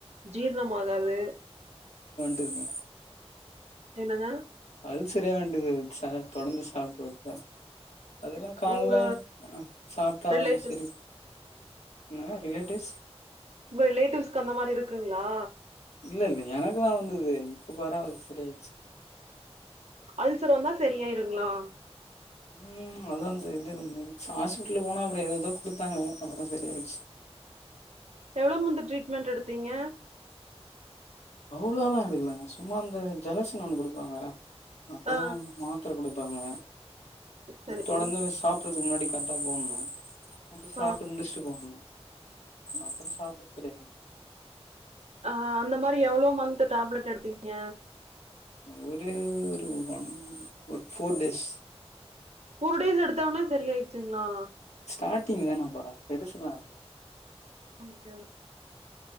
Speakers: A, on the right; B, on the left.
A: ஜீர்ணம் ஆகாது
B: தங்க
A: என்னங்க
B: அல்சரியா வேண்டியது தொடர்ந்து சாப்பிட்டு வருதுல அதெல்லா காலைல
A: உங்க
B: சாப்பிட்ட
A: ரிலேட்டிவ்ஸ்
B: ஆல் சரி நீ என்ன ரிலேட்டிவ்ஸ்
A: உங்க ரிலேட்டிவ்க்கு அந்த மாரி இருக்குங்களா
B: இல்ல இல்ல எனக்கு தா வந்தது இப்ப பரவாயில சரிய ஆயிடுச்சு
A: அல்சர் வந்தா சரியாயிருங்களா
B: ம் அ <unintelligible> இது ஹாஸ்பிடல்ல போனா அப்புற ஏததோ கொடுத்தாங்க அப்புற சரிய ஆயிடுச்சு
A: எவ்ளோ மந்து ட்ரீட்மெண்ட் எடுத்தீங்க
B: அவ்ளோல்லா எடுக்கலங்க சும்மா அந்த ஜலசனம் ஒண்ணு கொடுப்பாங்க அப்புற
A: ஆ
B: மா மாத்திர கொடுப்பாங்க
A: சரி
B: தொடர்ந்து சாப்பறதுக்கு முன்னாடி கரெக்டா போடணு வந்து சாப்ட்டு
A: ஆ
B: முடிச்சுட்டு போகணு அப்றோ சாப்ட்டுக்கறே
A: ஆ அந்த மாதிரி எவ்ளோ மந்த் டேப்லெட் எடுத்தீங்க
B: ஒரு ஒரு ஒன் ஒரு ஃபோர் டேய்ஸ்
A: போர் டேஸ் எடுத்தோனே சரி ஆயிடுச்சுங்களா
B: ஸ்டார்ட்டிங் தானப்பா பெருசுலா இல்ல
A: <unintelligible>